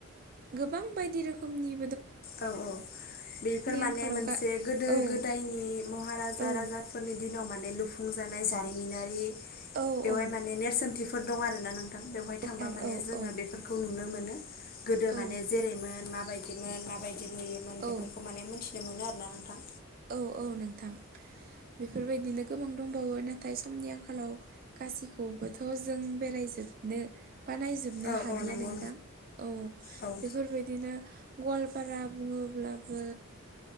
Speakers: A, on the right; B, on the left.
A: गोबां बायदि रोखोमनि
B: औ औ बेफोर माने
A: आंखालाव
B: मोनसे
A: गा
B: गोदो-गोदायनि
A: औ
B: महाराजा
A: औ
B: राजा- फोरनि दिनाव माने लुफुंजानाय जारिमिनारि
A: औ
B: बेवहाय
A: औ
B: माने नेरसोनथिफोर दं आरो। ना नोंथां बेवहाय थांबा
A: नोंथां
B: माने
A: औ
B: जोङो
A: औ
B: बेफोरखौ नुनो मोनो। गोदो
A: औ
B: माने जेरै मोन माबायदिमोन माबायदि नुयोमोन बेफोरखौ
A: औ
B: माने मोनथिनो मोनो आरोना नोंथां।
A: औ औ नोंथां। बेफोरबायदिनो गोबां दंबावो नाथाय समनि आंखालाव गासिखौबोथ' जों बेराय जोबनो बा नायजोबनो
B: औ
A: हादिया
B: औ नंगौ
A: नोंथां औ
B: औ
A: बेफोरबायदिनो गवाल पारा बुङोब्लाबो